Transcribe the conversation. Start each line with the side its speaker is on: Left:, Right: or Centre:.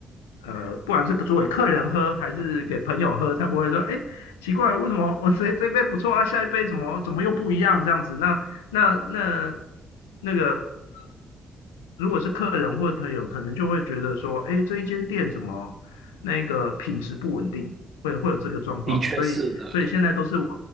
Left: 呃，不管是煮给客人喝还是给朋友喝，才不会说，哎，奇怪，为什么我这这杯不错啊，下一杯怎么怎么又不一样这样子？那那那那个如果是客人或者朋友，可能就会觉得说，哎，这一间店怎么那个品质不稳定，会会有这个状况，
Right: 的确是的。
Left: 所以所以现在都是往